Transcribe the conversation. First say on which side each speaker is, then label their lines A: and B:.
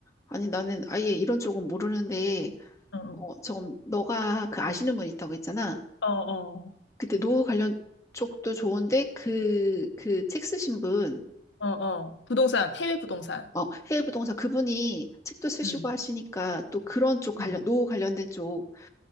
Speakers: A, on the left; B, on the left.
A: 아니 나는 아예 이런 쪽은 모르는데
B: 어,
A: 어, 좀 너가 그 아시는 분 있다고 했잖아.
B: 어, 어,
A: 그때 노후 관련 쪽도 좋은데 그, 그 책 쓰신 분,
B: 어, 어. 부동산, 해외 부동산.
A: 어, 해외 부동산 그분이 책도 쓰시고
B: 음,
A: 하시니까 또 그런 쪽 관련,
B: 음,
A: 노후 관련된 쪽,